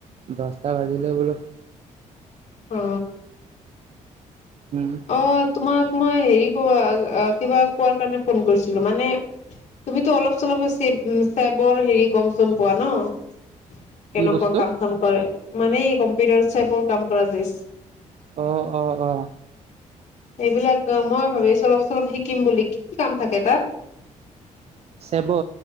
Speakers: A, on the right; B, on the left.
A: দহটা বাজিলে বোলো।
B: অ।
A: উম
B: অ তোমাক মই হেৰি কব কিবা কোৱাৰ কাৰণে ফোন কৰিছিলো মানে । তুমিতো অলপ চলপ চ চেবৰ হেৰি কম চম পোৱা ন ।
A: কি
B: কেনেকুৱা
A: বস্তু
B: কাম চাম কৰে মানে কম্পিউটাৰ চেবৰ কাম কৰা যে
A: অ অ অ
B: এইবিলাক মই ভাবিছো অলপ চলপ শিকিম বুলি কি কাম থাকে তাত
A: চেৱত